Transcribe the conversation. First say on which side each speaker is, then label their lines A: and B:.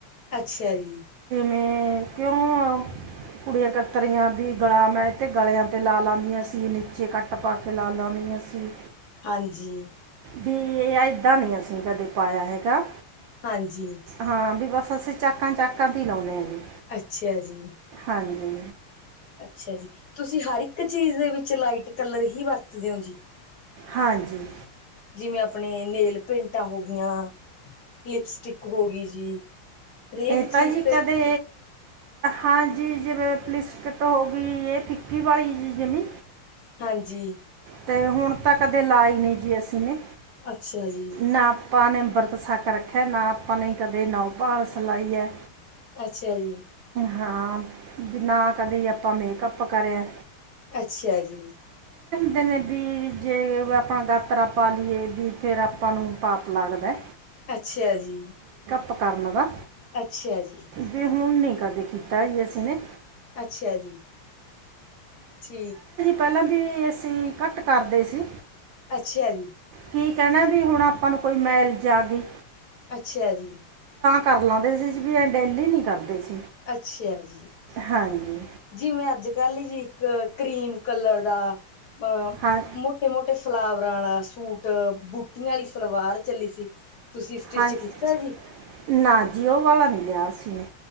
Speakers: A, on the left (about 55°); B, on the right (about 75°).
A: ਅੱਛੇਯਾ ਜੀ।
B: ਹੂੰ ਮ ਕੇਓਂ ਕੁੜੀਆਂ ਕੱਤਰੀਆਂ ਬੀ ਗਲਾਮ ਐ ਤੇ ਗਲੇਆਂ ਤੇ ਲਾ ਲਾਦੀਆਂ ਸੀ ਨੀਚੇ ਕੱਟ ਪਾ ਕੇ ਲਾ ਲਾਉਂਨੀਆਂ ਸੀ।
A: ਹਾਂਜੀ।
B: ਬੀ ਏਹ ਐਦਾ ਨੀ ਅਸੀਂ ਕਦੇ ਪਾਏਆ ਹੈਗਾ,
A: ਹਾਂਜੀ,
B: ਹਾਂ ਬੀ ਬਸ ਅਸੀਂ ਚਾਕਾਂ, ਚਾਕਾਂ ਤੇ ਈ ਲਾਓਨੇ ਆਂ ਜੀ।
A: ਅੱਛਾ ਜੀ।
B: ਹਾਂਜੀ।
A: ਅੱਛਾ ਜੀ। ਤੁਸੀ ਹਰ ਇੱਕ ਚੀਜ਼ ਦੇ ਵਿੱਚ ਲਾਈਟ ਕੱਲਰ ਹੀ ਵਰਤਦੇ ਓ ਜੀ?
B: ਹਾਂਜੀ
A: ਜਿਵੇਂ ਆਪਣੇ ਨੇਲ ਪੇਟਾਂ ਹੋ ਗਿਆਂ, ਲਿਪਸਟਿਕ ਹੋ ਗੀ ਜੀ। ਹਰੇਕ
B: ਏ
A: ਚੀਜ਼
B: ਤਾ ਜੀ
A: ਤੇ
B: ਕਦੇ ਹਾਂਜੀ, ਜਿਵੇ ਪਲਿਸਕਟ ਹੋ ਗਈ ਏ ਫਿੱਕੀ ਵਾਲੀ਼ ਜੀ ਜੀਮੀ।
A: ਹਾਂਜੀ
B: ਤੇ ਹੁਣ ਤਾਂ ਕਦੇ ਲਾਈ ਨੀ ਜੀ ਅਸੀ ਨੇ
A: ਅੱਛਾ ਜੀ।
B: ਨਾ ਆਪਾਂ ਨੇ ਅੰਬ੍ਰਤ ਸਾਕ ਰੱਖੇਆ, ਨਾ ਆਪਾ ਨੇ ਕਦੇ ਨੌਪਾਲਸ ਲਾਈ ਐ
A: ਅੱਛੇਯਾ ਜੀ।
B: ਹਾਂ, ਬੀ ਨਾ, ਕਦੀ ਆਪਾਂ ਮੇਕਅੱਪ ਕਰੇਆ
A: ਅੱਛਾ ਜੀ।
B: ਕੈਂਦੇ ਨੇ ਬੀ ਜੇ, ਵ ਅ ਆਪਾਂਂ ਗਾਤਰਾ ਪਾ ਲੀਏ ਵੀ ਫੇਰ ਆਪਾਂ ਨੂੰ ਪਾਪ ਲੱਗਦੈ।
A: ਅੱਛੇਯਾ ਜੀ।
B: ਅਪ ਕਰਨ ਦਾ।
A: ਅੱਛੇਯਾ ਜੀ।
B: ਵੀ ਹੁਣ ਨਹੀਂ ਕਦੇ ਕੀਤਾ ਈ ਨੀ ਅਸੀਂ ਨੇ।
A: ਅੱਛਾ ਜੀ। ਠੀਕ
B: ਪੈਲਾਂ ਬੀ ਅਸੀ ਘੱਟ ਕਰਦੇ ਸੀ।
A: ਅੱਛਯਾ ਜੀ।
B: ਕੀ ਕੈਣਾ ਬੀ, ਹੋਣ ਆਪਾਂ ਨੂੰ ਕੋਈ ਮੈਲ ਜਾ ਗੀ।
A: ਅੱਛਯਾ ਜੀ।
B: ਕਰ ਲਾਂਦੇ ਸੀ, ਬੀ ਐਂ ਡੇਲੀ ਨੀ ਕਰਦੇ ਸੀ।
A: ਅੱਛਯਾ ਜੀ।
B: ਹਾਂਜੀ
A: ਜਿਵੇਂ, ਅੱਜ- ਕੱਲ ਜੀ, ਇੱਕ ਕ੍ਰੀਮ ਕੱਲਰ ਆ ਅ
B: ਹਾਂ
A: ਮੋਟੇ, ਮੋਟੇ ਫਲਾਵਰਾਂ ਆਲਾ਼ ਸੂਟ, ਬੂਟੀਆਂ ਆਲੀ਼ ਸਲਵਾਰ ਚੱਲੀ ਸੀ ਤੁਸੀਂ ਸਟਿਚ
B: ਹਾਂਜੀ,
A: ਕੀਤਾ
B: ਹਾਂਜੀ
A: ਜੀ
B: ਨਾ ਜੀ ਓ ਵਾਲਾ ਨੀ ਲੇਆ ਅਸੀ ਨੇ।